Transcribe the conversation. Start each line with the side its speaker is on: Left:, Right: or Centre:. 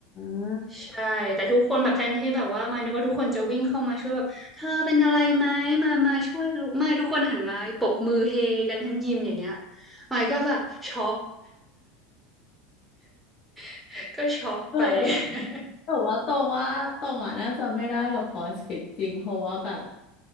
Left: า
Centre: ใช่แต่ทุกคนแบบแทนที่แบบว่ามานึกว่าทุกคนจะวิ่งเข้ามาช่วยแบบเธอเป็นอะไรไหมมามาช่วยลูกไม่ทุกคนหันมาปรบมือเฮกันทั้งยิมอย่างเงี้ยมายก็แบบช็อก <laughs> ก็ช็อกไป
Left: เออแต่ว่าตรงว่าตรงอ่ะน่าจะไม่ได้กับคอสฟิตจริงเพราะว่าแบบ
Centre: <laughs>